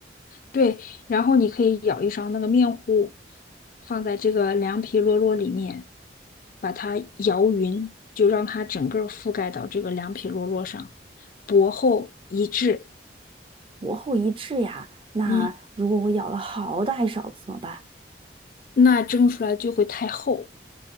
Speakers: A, on the left; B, on the right.
A: 对，然后你可以舀一勺那个面糊，放在这个凉皮摞摞里面，把它摇匀，就让它整个儿覆盖到这个凉皮摞摞上，薄厚一致。
B: 薄厚一致呀。那如果我舀了好大一勺子怎么办？
A: 嗯，那蒸出来就会太厚。